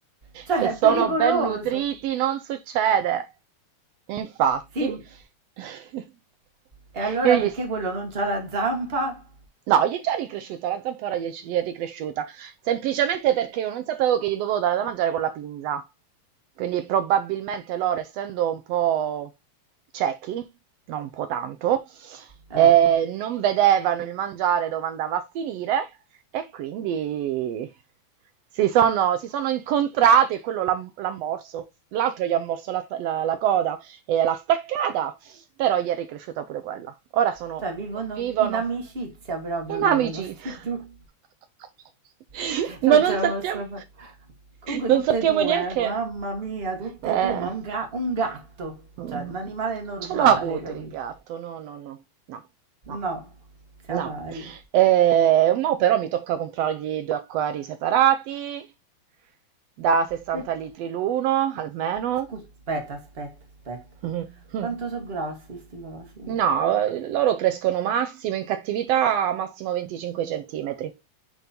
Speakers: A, on the right; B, on the right.
A: Cioè,
B: se sono
A: è pericoloso.
B: ben nutriti non succede. Infatti,
A: Sì,
B: <laughs>
A: e allora
B: io gli...
A: perché quello non c'ha la zampa?
B: No, gli è già ricresciuta, la zampora gli è, gli è ricresciuta, semplicemente perché io non sapevo che gli dovevo dare da mangiare con la pinza. Quindi probabilmente loro, essendo un po' ciechi, non un po' tanto,
A: Eh,
B: eh, non vedevano il mangiare dove andava a finire e quindi si sono, si sono incontrati e quello l'ha l'ha morso, l'altro gli ha morso la, la la coda e l'ha staccata però gli è ricresciuta pure quella. Ora sono,
A: cioè vivono
B: convivono
A: in amicizia proprio,
B: in
A: vivono
B: amicizia.
A: sti due.
B: <laughs>
A: <laughs> Non
B: Ma non
A: ce la
B: sappiamo,
A: posso fare. Comunque
B: non
A: tutte
B: sappiamo
A: e due,
B: neanche.
A: eh, mamma mia, tutte
B: Eh,
A: e due, ma un, ga- un gatto,
B: mm,
A: cioè un animale normale,
B: ce l'ho avuto
A: capito?
B: il gatto, no, no, no, no, no,
A: No, sia
B: no.
A: mai.
B: Eh, mo però mi tocca comprargli due acquari separati da 60
A: Per-
B: litri l'uno, almeno.
A: scusa, aspetta, aspetta, aspetta.
B: <laughs>
A: Quanto sono grossi sti cosi?
B: No, eh, loro crescono massimo in cattività massimo 25 centimetri.